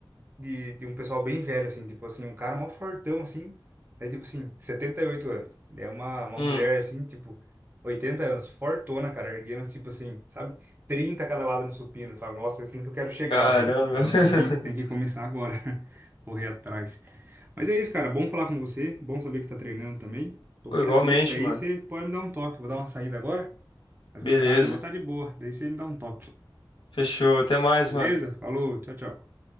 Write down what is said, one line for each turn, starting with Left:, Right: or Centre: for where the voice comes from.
Right: de, de um pessoal bem velho, assim, tipo assim, um cara mó fortão, assim, daí tipo assim, 78 anos. Daí é uma, uma
Left: Hum,
Right: mulher, assim, tipo, 80 anos, fortona, cara, erguendo, tipo assim, sabe? trinta cada lado no supino. Fala, nossa, é assim que eu quero chegar,
Left: caramba.
Right: velho. Então
Left: <laughs>
Right: tem que, tem que começar agora, <laughs> correr atrás. Mas é isso, cara, bom falar com você, bom saber que você tá treinando também. Qualquer
Left: Pô, igualmente,
Right: dúvida aí,
Left: mano.
Right: você pode me dar um toque. Eu vou dar uma saída agora, mas
Left: Beleza.
Right: mais tarde eu vou estar de boa. Daí você me dá um toque.
Left: Fechou. Até mais,
Right: Beleza?
Left: mano.
Right: Falou, tchau, tchau.